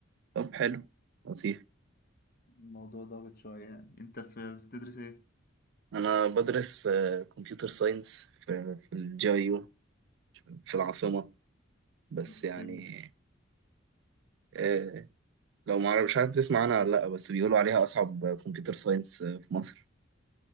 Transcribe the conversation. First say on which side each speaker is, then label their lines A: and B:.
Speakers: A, on the right; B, on the left.
A: طب حلو لطيف
B: الموضوع ضاغط شوية يعني انت في بتدرس ايه؟
A: أنا بدرس كمبيوتر ساينس في في الجي آي يو في العاصمة بس
B: اوكي
A: يعني آه، لو ما عارف- مش عارف تسمع عنها ولا لأ بس بيقولوا عليها أصعب كمبيوتر ساينس في مصر